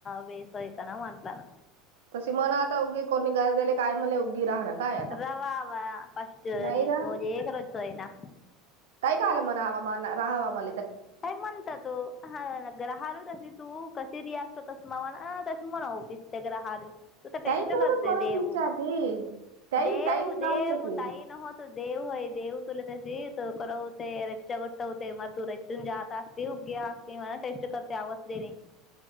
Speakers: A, on the left (about 30°); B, on the right (about 75°).
A: बेसयकना म्हंटला ना
B: तसी मला आता उगी कोणी गरजेले काय म्हले उगी राहणार काय आता
A: रवावा फस्टजकर
B: नाही
A: रजईना
B: काय काल मना हवामा राहावा म
A: का म्हणत तो हा ग्राहल्य तशी तू कशी रिॲक्ट होतस मा ना तस म्हणावपिस ते ग्रहाल्य तू टेस्ट
B: ताई कोणच
A: करतेय
B: मनवू
A: देऊ
B: इच्छाती ताई
A: देऊ
B: ताईच राहते
A: देऊ
B: की
A: ताई न होत तू देव आहे देव तुला त्या त कररा होते रच्चा घट्ट होते म तू ून जात असते उगे असते म टेस्ट करते आवाज देणे